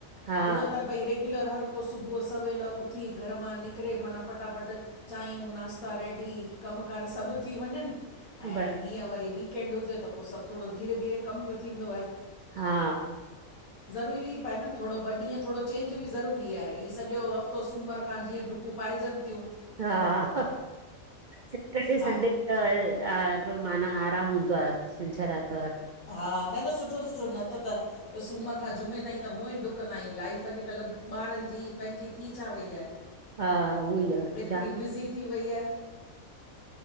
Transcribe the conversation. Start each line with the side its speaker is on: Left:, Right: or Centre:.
Right: हा
Left: हुअं त भई रेगुलर हर को सुबुह सवेल उथी, घर मां निकिरे माना फटाफट चांहियूं, नाश्ता रेडी कमकार सभु थी वञनि। ऐं
Right: बर
Left: हीअं वरी वीकेंड हुजे, त पोइ सभु थोरो धीरे- धीरे कमु पियो थींदो आहे।
Right: हा।
Left: ज़रूरी पए न, थोरो ॿ ॾींहं थोरो चेंज बि ज़रूरी आहे। ह सॼो हफ़्तो सूमरु खांणु जीअं डुकु कूपाय जंतियू।
Right: हा, सैटरडे
Left: हा
Right: संडे त माना आराम हूंदो आहे, छंछरु आरितवारु।
Left: हा, न -न सुठो-सुठो न त त त सूमर खां जुमे ताईं त हुअं ई ॾुकंदा आहियूं। लाइफ अॼुकल्ह ॿारनि जी, पंहिंजी थी छा वई आहे?
Right: हा, उहो ई आ
Left: एतिरी
Right: जाम
Left: बिज़ी थी वई आहे।